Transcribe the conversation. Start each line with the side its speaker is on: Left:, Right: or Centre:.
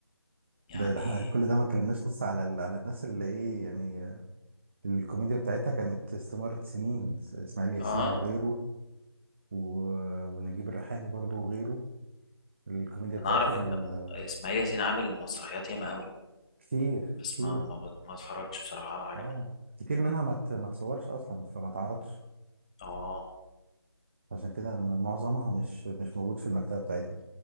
Left: يعني
Right: ده ده احنا كل ده ما اتكلمناش لسه على ال- على الناس اللي ايه يعني آه، الكوميديا بتاعتها كانت استمرت سنين س- اسماعيل ياسين
Left: اه
Right: وغيره و... ونجيب الريحاني برضو وغيره الكوميديا
Left: انا
Right: بتاعتهم
Left: اعرف ان م-
Right: آه،
Left: اسماعيل ياسين عامل مسرحيات ياما قوي
Right: كتير
Left: بس
Right: كتير
Left: ما ما, بت- ما اتفرجتش بصراحه على حاجه
Right: اه
Left: منها
Right: كتير منها ما ت- ما تصورش اصلا فما تعرضش
Left: اه
Right: عشان كده م- معظمها مش مش موجود في المكتبة بتاعتنا